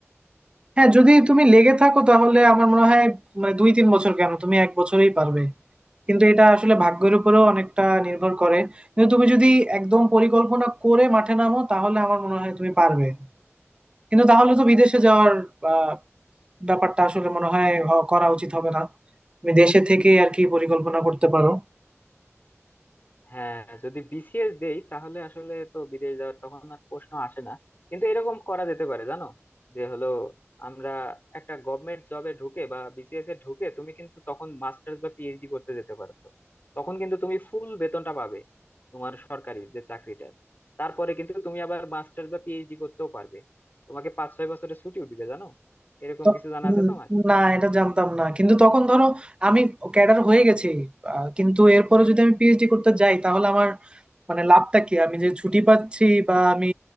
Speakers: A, on the right; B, on the left.
A: হ্যাঁ যদি তুমি লেগে থাকো তাহলে আমার মনে হয় মানে দুই তিন বছর কেন তুমি এক বছরেই পারবে কিন্তু এটা আসলে ভাগ্যের উপরেও অনেকটা নির্ভর করে কিন্তু তুমি যদি একদম পরিকল্পনা করে মাঠে নামো তাহলে আমার মনে হয় তুমি পারবে কিন্তু তাহলে তো বিদেশে যাওয়ার আহ, ব্যাপারটা আসলে মনে হয় হ- করা উচিত হবে না তুমি দেশে থেকে আর কি পরিকল্পনা করতে পারো
B: হ্যাঁ যদি বিসিএস দেই তাহলে আসলে তো বিদেশ যাওয়ার তখন আর প্রশ্ন আসে না কিন্তু এরকম করা যেতে পারে জানো যে হলো আমরা একটা গভর্নমেন্ট জবে ঢুকে বা বিসিএস এ ঢুকে তুমি কিন্তু তখন মাস্টার্স বা পিএইচডি করতে যেতে পারো তখন কিন্তু তুমি ফুল বেতনটা পাবে তোমার সরকারি যে চাকরিটার তারপরে কিন্তু তুমি আবার মাস্টার্স বা পিএইচডি করতেও পারবে তোমাকে পাঁচ ছয় বছরের ছুটিও দিবে জানো এরকম
A: তো
B: কিছু জানা
A: উম,
B: আছে তোমার
A: না এটা জানতাম না কিন্তু তখন ধরো আমি ক্যাডার হয়ে গেছি আহ, কিন্তু এরপরে যদি আমি পিএইচডি করতে যাই তাহলে আমার মানে লাভটা কি আমি যে ছুটি পাচ্ছি বা আমি